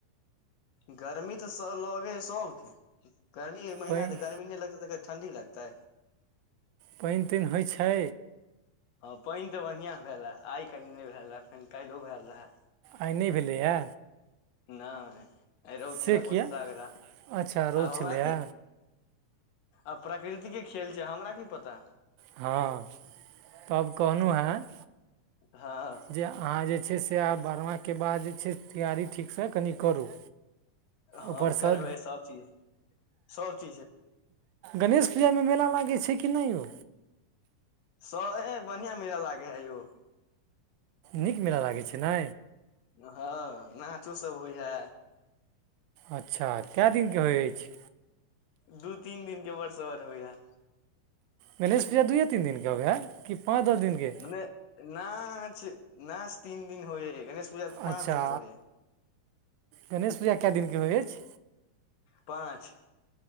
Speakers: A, on the left (about 75°); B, on the right (about 85°).
A: गर्मी तऽ लगैये है सबके, गर्मी के महीना
B: पानि
A: है तऽ गर्मी नहि लगतेै तऽ ठंडी लग तै।
B: पानि तानि होइ छै?
A: हं पानि तऽ बढ़ियां भेले, आइ कनी नहि भेल रहे, फेन काल्हियो भेल रहे।
B: आइ नहि भेलैए।
A: नै, आई रौद
B: से
A: छले
B: किया
A: बहुत तगरा,
B: अच्छा रौद
A: आब
B: छलैए
A: हमरा कि आब प्रकृतिके खेल छै, हमरा की पता
B: हँ, तब कहलहुं हेँ
A: हँ।
B: जे अहाँ जे छै से आब बारहमाँके बाद जे छै तैयारी ठीकसँ कनि करू।
A: हँ
B: उपरसँ
A: करबै सब चीज, सब चीज हे
B: गणेश पूजामे मेला लागै छै कि नै यौ
A: स एंह बढ़िआं मेला लागे है यौ।
B: नीक मेला लागै छै नै।
A: हँ नाचो सब होइये।
B: अच्छा, कए दिनके होइ अछि।
A: दू तीन दिन के बर सवर होइये।
B: गणेश पूजा दुइये तीन दिनके होबै हइ कि पाँच दस दिनके
A: नहि नाच, नाच तीन दिन होइये, गणेश पूजा तऽ
B: अच्छा
A: पाँच दिन के होइये।
B: गणेश पूजा कए दिनके होइत अछि?
A: पाँच।